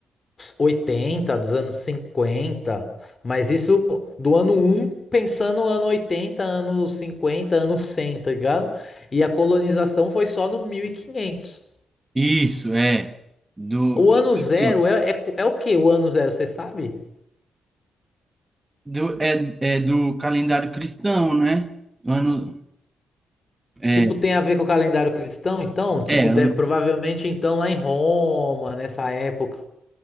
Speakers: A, on the left; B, on the right.
A: 80, dos anos cinquenta. mas isso do ano um, pensando no ano 80, ano 50, ano 100, tá ligado? E a colonização foi só no 1500.
B: Isso, é. Do,
A: O
B: tipo
A: ano zero
B: assim,
A: é, é, é o que o ano zero, você sabe?
B: do, é, é do calendário cristão, né? Ano, é,
A: Tipo, tem a ver com o calendário cristão, então? Tipo,
B: é, ano-
A: deve, provavelmente, então, lá em Roma, nessa época